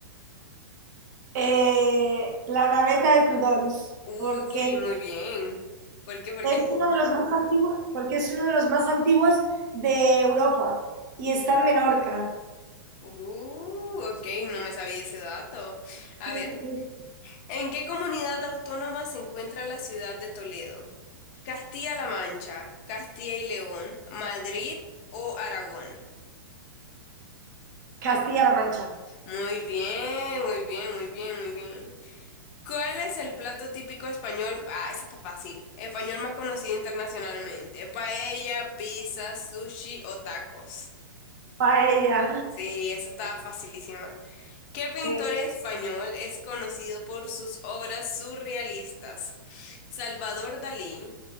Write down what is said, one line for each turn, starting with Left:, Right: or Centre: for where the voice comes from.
Right: Eh, la naveta de Tudons,
Left: Uy,
Right: porque
Left: muy bien. ¿Por qué? ¿Por
Right: es
Left: qué?
Right: uno de los más antiguos, porque es uno de los más antiguos de Europa y está en Menorca.
Left: Uh, ok, no me sabía ese dato. A
Right: Sí,
Left: ver.
Right: sí.
Left: ¿En qué comunidad autónoma se encuentra la ciudad de Toledo? ¿Castilla-La Mancha, Castilla y León, Madrid o Aragón?
Right: Castilla-La Mancha.
Left: Muy bien, muy bien, muy bien, muy bien. ¿Cuál es el plato típico español? Ah, esa está fácil. Español más conocido internacionalmente. Paella, pizza, sushi o tacos.
Right: Paella
Left: Sí, esa estaba facilísima. ¿Qué pintor
Right: de
Left: español es conocido por sus obras surrealistas? Salvador Dalí.